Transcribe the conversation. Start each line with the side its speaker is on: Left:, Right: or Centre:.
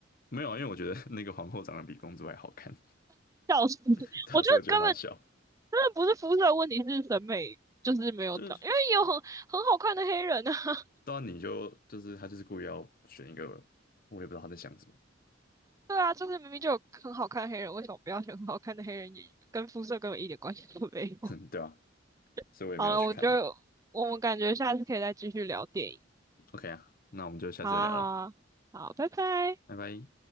Left: 没有啊，因为我觉得 <laughs> 那个皇后长得比公主还好看，
Right: 笑死！<laughs>
Left: <laughs> 对啊所以我觉得很好笑。
Right: 我觉得根本真的不是肤色的问题，是审美就是没有长，
Left: 就是
Right: 因为也有很很好看的黑人啊。<laughs>
Left: 当然你就就是他就是故意要选一个，我也不知道他在想什么，
Right: 对啊，就是明明就有很好看的黑人，为什么不要选很好看的黑人演员？跟肤色根本一点关系都没有。
Left: <laughs> 哼，对啊，
Right: <laughs>
Left: 所以我也没有去看。
Right: 好了，我就我们感觉下次可以再继续聊电影。
Left: OK 啊，那我们就下次再聊了，
Right: 好啊，好啊，好，拜拜。
Left: 拜拜。